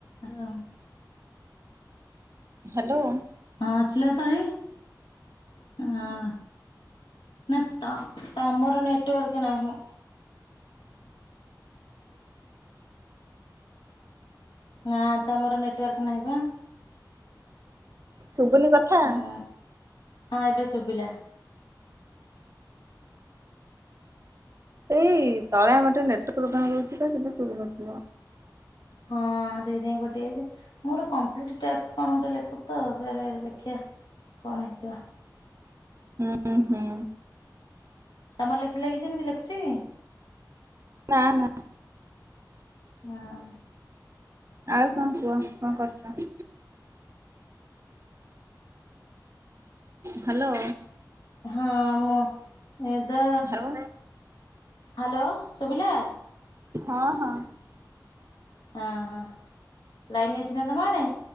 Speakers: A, on the left (about 80°); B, on the right (about 40°).
A: ହଁ।
B: ହାଲୋ।
A: ହଁ ଆସିଲ ତ ଭାଇ ହଁ। ନା ତ ତମର ନେଟୱର୍କ ନାହିଁ। ନା ତମର ନେଟୱାର୍କ ନାହିଁ ବା।
B: ଶୁବୁନି କଥା।
A: ହଁ ହଁ ଏବେ ଶୁଭିଲା।
B: ଏଇ ତଳେ ଆମର ଟିକେ ନେଟୱାର୍କ ପ୍ରୋବଲେମ ରହୁଚି ତ ସେଥିଲାଗି ଶୁଭୁନଥିବ।
A: ହଁ ସେଇଥିପାଇଁ କଟିଯାଇଚି ମୋର କମ୍ପ୍ଲିଟ ଟାସ୍କ କଣ ଗୋଟେ ଲେଖୁଚି ତ ଫେରେ ଦେଖିବା। କଣ ହେଇଥିବ।
B: ହୁଁ ହୁଁ।
A: ତମର ଲେଖିଲେ କିି ସେମିତି ଲେଖୁଚି କି?
B: ନା ନା।
A: ହଁ
B: ଆଉ କଣ
A: ଆଚ୍ଛା
B: କୁହ କଣ କରୁଚ? ହାଲୋ।
A: ହଁ ମୁ ଏଦ
B: ହଉ
A: ହାଲୋ। ଶୁଭିଲା?
B: ହଁ ହଁ।
A: ହଁ ହଁ ଲାଇନରେ ଯାଇନ କୁଆଡ଼େ